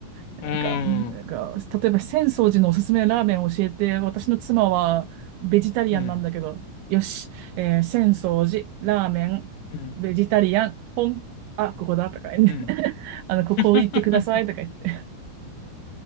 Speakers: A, on the right (about 85°); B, on the left (about 80°).
A: なんか、
B: ー
A: なんか、
B: ん。
A: 例えば浅草寺のおすすめのラーメンを教えて、私の妻はベジタリアンなんだけど、
B: うん。
A: よし、えー浅草寺、ラーメン、
B: うん。
A: ベジタリアン、ポン、あ、ここだとか言って、
B: うん。
A: <laughs> あの、
B: <laughs>
A: ここ行ってくださいとか言って。